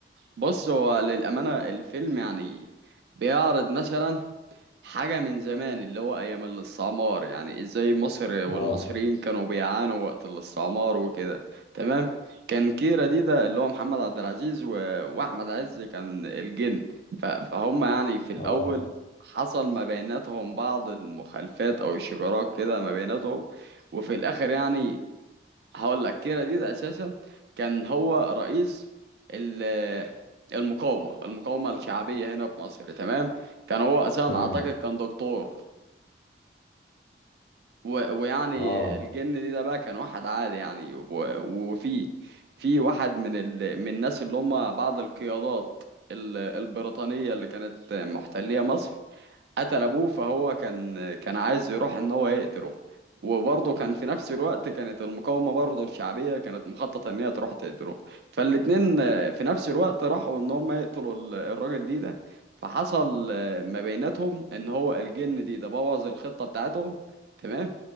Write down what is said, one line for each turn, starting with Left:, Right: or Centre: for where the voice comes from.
Right: بص هو للامانه الفيلم يعني بيعرض مثلا حاجة من زمان اللي هو أيام الاستعمار يعني إزاي مصر والمصريين
Left: اه
Right: كانوا بيعانوا وقت الاستعمار وكده تمام كان كيرة دي ده اللي هو محمد عبد العزيز و... وأحمد عز كان الجن ف... فهم يعني في الأول
Left: اه
Right: حصل ما بيناتهم بعض المخالفات أو الشجارات كده ما بيناتهم وفي الآخر يعني هقول لك كيرا دي ده اساسا كان هو رئيس ال- المقاومه المقاومه الشعبيه هنا في مصر تمام كان هو اساسا
Left: تمام
Right: اعتقد كان دكتور و- ويعني
Left: اه
Right: الجن دي ده بقى كان واحد عادي يعني و- وفي في واحد من ال... من الناس اللي هم بعض القيادات ال- البريطانيه اللي كانت محتليه مصر قتل ابوه فهو كان كان عايز يروح ان هو يقتله وبرضه كان في نفس الوقت كانت المقاومة برضه الشعبية كانت مخططة ان هي تروح تقتله فالاتنين آه، في نفس الوقت راحوا ان هم يقتلوا ال- الراجل دي ده فحصل آه، ما بيناتهم ان هو الجن دي ده بوظ الخطة بتاعتهم تمام